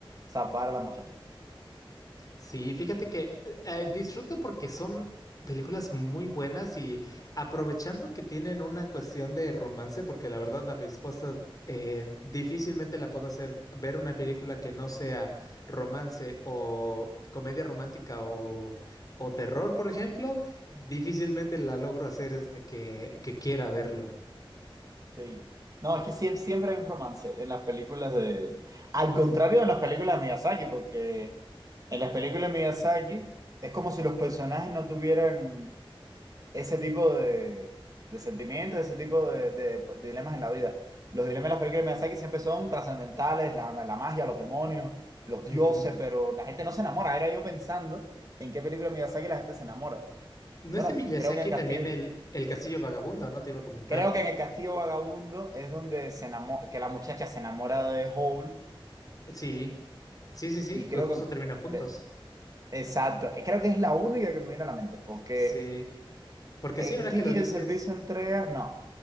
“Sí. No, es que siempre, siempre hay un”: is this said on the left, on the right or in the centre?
Right